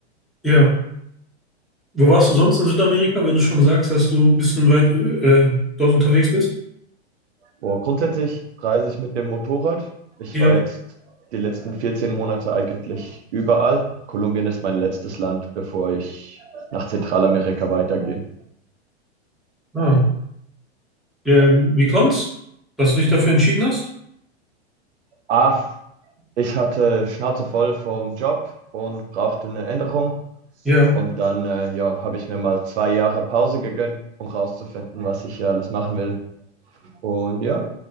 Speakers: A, in the centre; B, on the right (about 75°).
A: ja. Wo warst du sonst in Südamerika, wenn du schon sagst, dass du ein bisschen weit äh, äh, dort unterwegs bist?
B: Boah, grundsätzlich reise ich mit dem Motorrad. Ich
A: Ja.
B: war jetzt die letzten 14 Monate eigentlich überall. Kolumbien ist mein letztes Land, bevor ich nach Zentralamerika weitergehe.
A: Ah. Ähm, wie kommt's, dass du dich dafür entschieden hast?
B: Ah, ich hatte Schnauze voll vom Job und brauchte eine Änderung.
A: Ja,
B: Und dann äh, ja, habe ich mir mal zwei Jahre Pause gegönnt, um rauszufinden, was ich ja alles machen will. Und ja,